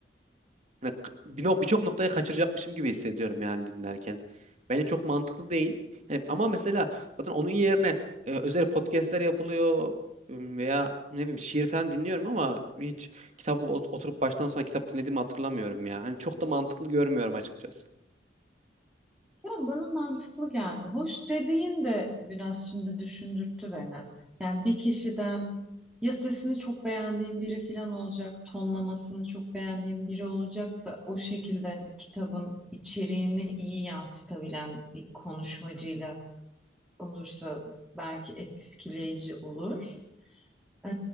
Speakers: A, on the right; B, in the centre.
A: Hani k- bir nok- birçok noktayı kaçıracakmışım gibi hissediyorum yani dinlerken. Bence çok mantıklı değil. Yani ama mesela zaten onun yerine e, özel podcastler yapılıyor ım, veya ne bileyim şiir falan dinliyorum ama hiç kitabı ot- oturup baştan sona kitap dinlediğimi hatırlamıyorum ya. Hani çok da mantıklı görmüyorum açıkçası.
B: Ya bana mantıklı geldi. Hoş dediğin de biraz şimdi düşündürttü beni. Yani bir kişiden ya sesini çok beğendiğim biri falan olacak, tonlamasını çok beğendiğim biri olacak da o şekilde hani kitabın içeriğini iyi yansıtabilen bir konuşmacıyla olursa belki etkileyici olur. Ee,